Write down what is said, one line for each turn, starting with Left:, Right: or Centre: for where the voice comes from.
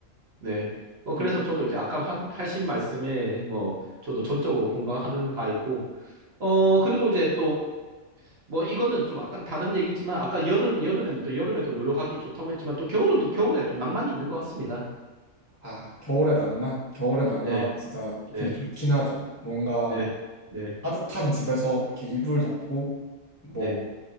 Right: 네. 뭐,
Left: 그리고
Right: 그래서 저도 이제 아까 하, 하신 말씀에 뭐, 저도 전적으로 공감하는 바이고, 어, 그리고 이제 또, 뭐, 이거는 좀 약간 다른 얘기지만, 아까 여름, 여름에는 또 여름에도 놀러 가기 좋다고 했지만, 또 겨울은 또 겨울에 또 낭만이 있는 것 같습니다.
Left: 아, 겨울의 낭만. 겨울의 낭만
Right: 네,
Left: 진짜
Right: 네,
Left: 근데 좋긴 하죠. 뭔가
Right: 네. 네.
Left: 따뜻한 집에서 이렇게 이불 덮고 뭐
Right: 네,